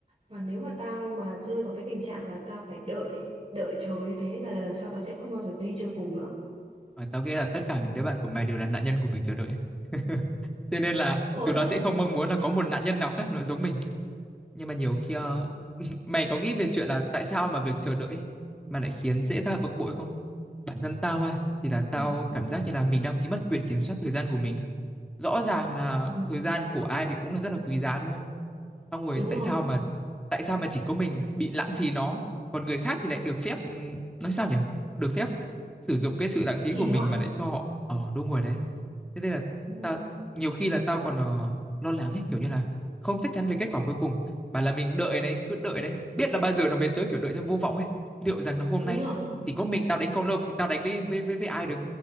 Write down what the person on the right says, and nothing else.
và nếu mà tao mà rơi vào cái tình trạng là tao phải đợi đợi chờ như thế là lần sau tao sẽ không bao giờ đi chơi cùng nữa
Đúng
rồi đấy
Ừ.
Ừ,
đúng
rồi
trì
hoãn
Ừ,
đúng
rồi